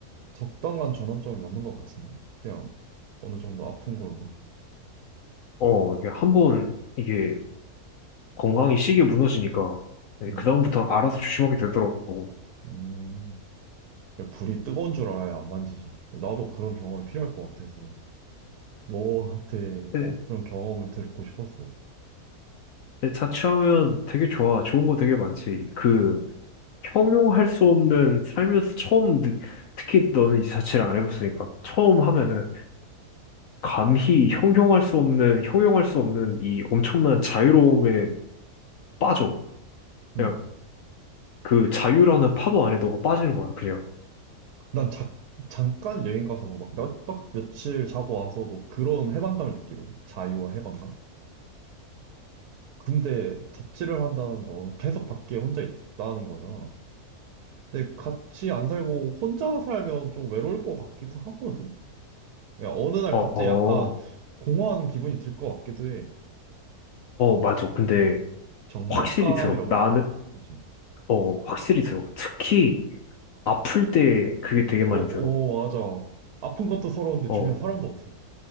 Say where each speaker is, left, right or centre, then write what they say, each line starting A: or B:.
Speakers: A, on the right; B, on the left.
A: 적당한 전환점을 맞는 것 같은데? 그냥 어느 정도 아픈 걸로.
B: 어, 이게 한번 이게 건강이 시계 무너지니까 네,
A: 음.
B: 그다음부터 알아서 조심하게 되더라고.
A: 음. 불이 뜨거운 줄 알아야 안 만지지. 나도 그런 경험이 필요할 것 같아서 너한테
B: 근데
A: 어? 그런 경험을 듣고 싶었어.
B: 근데 자취하면 되게 좋아. 좋은 거 되게 많지. 그
A: 음.
B: 형용할 수 없는 살면서 처음 느, 특히 너는 이 자취를 안 해봤으니까 처음 하면은 감히 형용할 수 없는 형용할 수 없는 이 엄청난 자유로움에 빠져 그냥
A: 음.
B: 그 자유라는 파도 안에 너가 빠지는 거야 그냥
A: 난 자, 잠깐 여행 가서 막 몇 박 며칠 자고 와서도 그런 해방감을 느끼거든. 자유와 해방감. 근데 자취를 한다는 건 계속 밖에 혼자 있다는 거잖아. 근데 같이 안 살고 혼자 살면 좀 외로울 것 같기도 하거든. 야, 어느 날 갑자기
B: 어어어어어
A: 약간 공허한 기분이 들 것 같기도 해.
B: 맞아 근데
A: 적막감이라고
B: 확실히 들어 나는
A: 해야 되나? 그치?
B: 어 확실히 들어 특히 아플 때 그게 되게
A: 어,
B: 많이
A: 어,
B: 들어
A: 맞아. 아픈 것도 서러운데 주변에
B: 어
A: 사람도 없어.